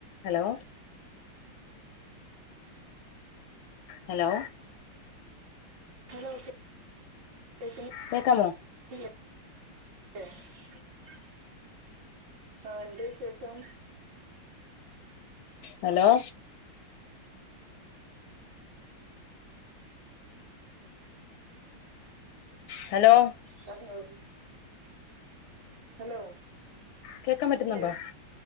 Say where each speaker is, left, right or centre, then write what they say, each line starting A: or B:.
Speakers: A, on the left (about 75°); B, on the right (about 70°).
A: Hello hello
B: hello <unintelligible>
A: കേക്കാമോ
B: <unintelligible> ആ എന്താ വിശേഷം
A: ഹലോ ഹലോ
B: പറഞ്ഞോളു ഹലോ
A: കേക്കാൻ
B: ക്ക്ന്നില്ലേ
A: പറ്റുന്നുണ്ടോ